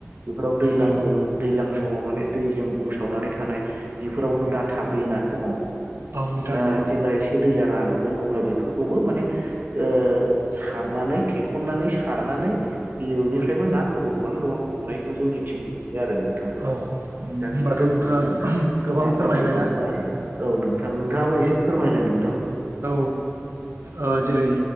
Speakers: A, on the right; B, on the right.
A: बेफोराव दैलांजों
B: औ
A: दैलां समाव माने दैजों बुंसावनानै थानाय बेफोरावथ' दा थाफैयोना समाव।
B: नोंथां
A: दा
B: औ
A: जेला दैया रानगोन अब्ला बिफोरखौबो माने ओ सारनानैे थेखननानै सार नानै बेनिफ्रायबो
B: औ
A: नाफोरखौ गोबां गोबां हमनायखौ जोंनिथिं नुयो आरो नोंथां।
B: औ होनबाथ'
A: दा बिदि रोखोमैनो
B: नोंथाङा गोबां
A: नाफोरखौ
B: फोरमायबायना
A: हमो आरो औ नोंथां नोंथाङाबो एसे फोरमायलाय नों
B: औ ओ जेरै